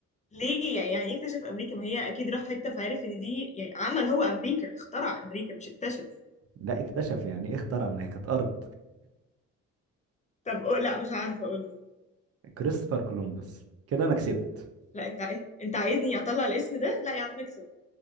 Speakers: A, on the left (about 25°); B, on the right (about 50°).
A: ليه يعني يعني يكتشف امريكا ما هي اكيد راح حته فعرف ان دي يعني عمل هو امريكا اخترع امريكا مش اكتشف
B: لا اكتشف يعني ايه اخترع ما هي كانت أرض
A: طب قول لا مش عارفه اقول لي
B: كريستوفر كولومبوس كده أنا كسبت
A: لا انت انت أنت عايزني اطلع الاسم ده لا يا عم اكسب